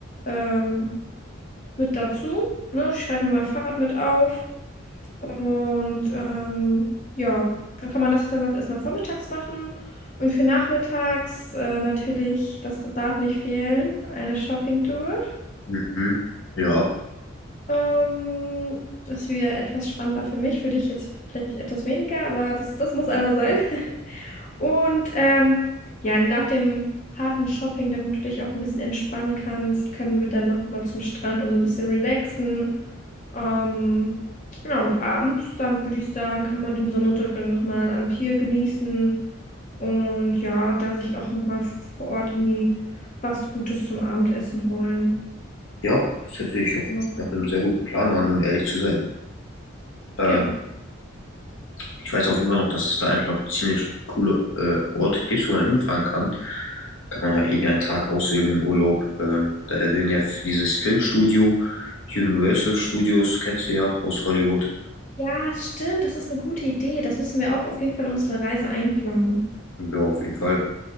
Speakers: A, on the left (about 40°); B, on the left (about 75°).
A: ähm, mit dazu. Ne? Ich schreibe mir mal Fahrrad mit auf. Und ähm, ja, dann kann man das ja sonst erstmal vormittags machen. Und für nachmittags äh, natürlich, das darf nicht fehlen, eine Shopping-Tour.
B: Mhm. Ja,
A: Ähm, das ist wieder etwas spannender für mich, für dich jetzt vielleicht etwas weniger, aber das, das muss einmal sein. <laughs> Und ähm, ja, nach dem harten Shopping, damit du dich auch ein bisschen entspannen kannst, können wir dann nochmal zum Strand und so ein bisschen relaxen. Ähm, genau, und abends, dann würde ich sagen, kann man den Sonnenuntergang nochmal am Pier genießen und ja, da sich auch nochmal vor Ort irgendwie was Gutes zum Abendessen holen.
B: ja, das hört sich auf
A: Ja,
B: jeden Fall nach einem sehr guten Plan an, um ehrlich zu sein. Ähm,
A: Ja.
B: ich weiß auf jeden Fall noch, dass es da eigentlich noch ziemlich coole äh, Orte gibt, wo man hinfahren kann. Kann man ja irgendeinen Tag auswählen im Urlaub. Ähm, da erwähnen ja f- dieses Filmstudio, Universal Studios, kennst du ja aus Hollywood.
A: Ja, stimmt, das ist eine gute Idee. Das müssen wir auch auf jeden Fall in unsere Reise einplanen.
B: Ja, auf jeden Fall.